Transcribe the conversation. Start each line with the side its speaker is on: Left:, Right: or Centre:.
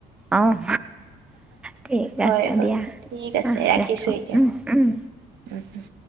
Centre: অ' ঠিক
Right: হয়
Centre: আছে
Right: হয়
Centre: দিয়া
Right: ঠিক আছে
Centre: অ'
Right: ৰাখিছো
Centre: ৰাখো
Right: এতিয়া।
Centre: উম উম
Right: উম' উম'